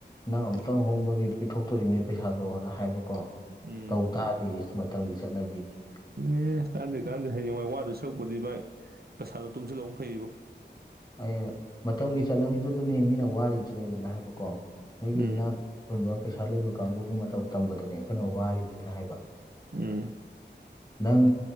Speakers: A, on the left; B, on the right.
A: ꯅꯪ ꯑꯃꯨꯛꯇꯪ ꯍꯣꯡꯕꯒꯤ ꯄꯤꯊꯣꯛꯇꯣꯅꯤ ꯄꯩꯁꯥꯗꯣ ꯍꯥꯏꯅ ꯍꯥꯏꯕꯀꯣ
B: ꯎꯝ
A: ꯇꯧ ꯇꯥꯔꯗꯤ ꯏꯁ ꯃꯇꯥꯝꯒꯤ ꯆꯠꯅꯕꯤꯅꯤ
B: ꯑꯦ ꯀꯥꯟꯅꯗꯦ ꯀꯥꯟꯅꯗꯦ ꯍꯩꯌꯦꯡꯋꯥꯏ ꯋꯥꯗꯣꯏ ꯁꯔꯨꯛꯄꯨꯗꯤ ꯚꯥꯏ ꯄꯩꯁꯥꯗꯣ ꯇꯨꯡꯁꯤꯜꯍꯧꯕꯅ ꯐꯩꯕꯣ
A: ꯑꯩꯅ ꯃꯇꯝꯒꯤ ꯆꯠꯅꯕꯤꯗꯨꯗꯅꯤ ꯃꯤꯅ ꯋꯥꯔꯤꯕꯁꯦꯅ ꯍꯥꯏꯕꯀꯣ ꯃꯤꯒꯤ
B: ꯎꯝ
A: ꯏꯅꯥꯛ ꯑꯩꯅ ꯄꯩꯁꯥ ꯂꯩꯕ ꯀꯥꯡꯕꯨꯒꯤ ꯃꯇꯧ ꯇꯝꯕꯗꯨꯅꯦ ꯑꯩꯈꯣꯏꯅ ꯋꯥꯔꯤꯁꯦꯅ ꯍꯥꯏꯕ
B: ꯎꯝ
A: ꯅꯪ